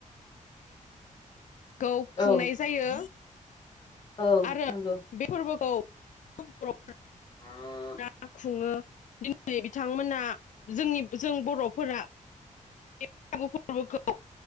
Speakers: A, on the left; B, on the left.
A: खौ
B: औ
A: खुंनाय जायो
B: औ
A: आरो
B: नंगौ
A: बे फोरबोखौ <unintelligible>
B: औ
A: ना खुङो दिनै बिथांमोना जोंनि जों बर' फोरा बैसागु फोरबोखौ